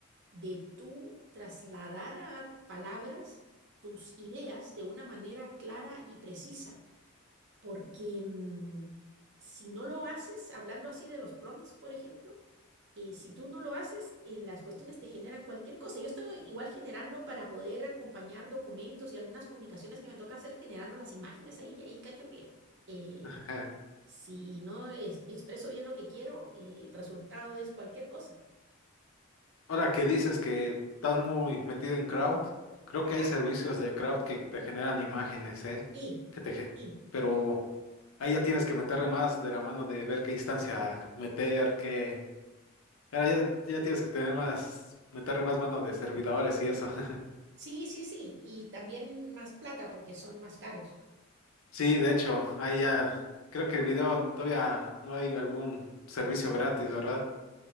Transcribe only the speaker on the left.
<laughs>
Ahora que dices que estás muy metido en crowd, creo
que hay servicios de crowd que te generan imágenes, ¿eh?
Que te, ge-
pero ahí ya tienes que meterle más de la mano de ver qué instancia meter, qué... Ahora ya, ya tienes que tener más, meterle más mano de servidores y eso. <laughs>
Sí, de hecho, ahí ya, creo que el video todavía no hay algún servicio gratis, ¿verdad?